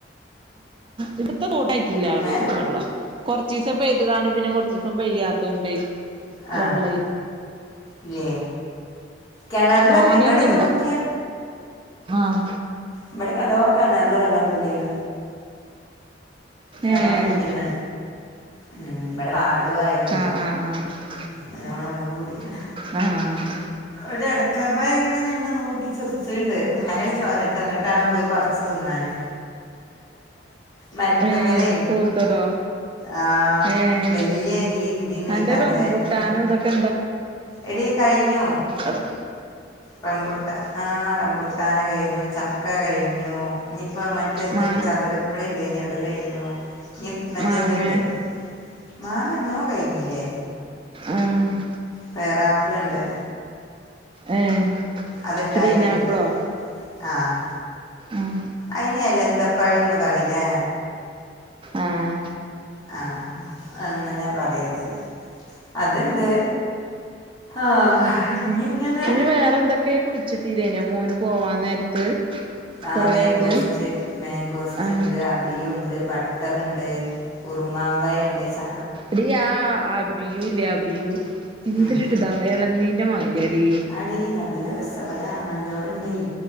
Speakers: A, on the right; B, on the left.
A: ഇവിടത്തെ തോടായിട്ടില്ല അറീണ്ട്
B: ഏ
A: വെള്ളം. കൊറച്ചിസം പെയ്ത്ങ്ങാണ്ട് പിന്നെ കൊറച്ചിസം പെയ്യാത്തോണ്ടെയ്.
B: ആ
A: വെള്ളയ്
B: ഇല്ലേ കിണറിലൊക്കെ
A: തോനെന്നുല്ല.
B: ഇവിടെയൊക്കെ നോക്കിയാ
A: ആഹ്.
B: ഇബടെക്ക നലോ കണറില് വെള്ളം കൂടീണ. നല്ലോണ്ണം
A: ഏഹ്
B: കൂടിക്കണ ഉ ഇവിടെ പാടായതോണ്ട്.
A: ആഹ് ആഹ് ആഹ്
B: നല്ലോണം വെള്ളം കൂടിക്കണ്.
A: ആഹ്.
B: ഒരു അടക്കാപ്പായം ഇങ്ങനെ എന്നെ നോക്കി ചിറിച്ചണ്ട് മയണ് ചോരട്ട് ന്നിട്ടാണംപോയി പർ. ച്ച് തിന്നാന് മരത്തുമ്മലേ.
A: ഏഹ് പൂത്തതോ
B: ആഹ്
A: ഏഹ്
B: വല്യ ഈ ഇതിനയ്
A: അന്റെ
B: പഞ്ചായത്തിന്
A: റംബുട്ടാനും ഇതൊക്കെ
B: എടി കഴിഞ്ഞു.
A: അത്
B: റംബുട്ടാൻ ആഹ് റമ്പുട്ടാന് കഴിഞ്ഞു ചക്ക കഴിഞ്ഞു. ഇനിയിപ്പോ മറ്റെത്
A: മാ
B: ചതുരപ്പുളി ഇണ്ടേനി അത് കഴിഞ്ഞു. ഞ്ഞി മറ്റേ
A: മാങ്ങേ
B: ഇതുണ്ട് മാങ്ങന്നോ കഴിഞ്ഞില്ലേ.
A: ആഹ്.
B: പേറാപ്പിളണ്ട്.
A: ഏഹ്
B: അതുണ്ടായി
A: ഗ്രീനാപ്പിളോ
B: വരുണ്ട്. ആഹ്
A: ആഹ്
B: അയിനലന്തപ്പഴംന്ന് പറയിലേ.
A: ആഹ്
B: ആഹ് അങ്ങനെ പറയത് അതുണ്ട്. ആഹ് ഞ്ഞിങ്ങനെ.
A: പിന്നെ വേറെ എന്തൊക്കെയോ കുഴിച്ചിട്ടീല്യേനോ മോന് പോവാൻ നേരത്ത്.
B: ആ
A: കൊറേത്
B: മാങ്കോസ്റ്റ് മാങ്കോസ്റ്റ്
A: ആഹ്
B: ണ്ട് അ. പിയുണ്ട് ബട്ടർണ്ട് ഉറുമാമ്പയണ്ട് ച
A: ടി ആ ആ ബിയൂല്ലേ ആ ബിയു എന്തൊരിത
B: ഉം
A: എളനീന്റെ മാരി. എടീ
B: ടീ നല്ല രസ വടെ ആങ്ങളന്റോടെണ്ടെ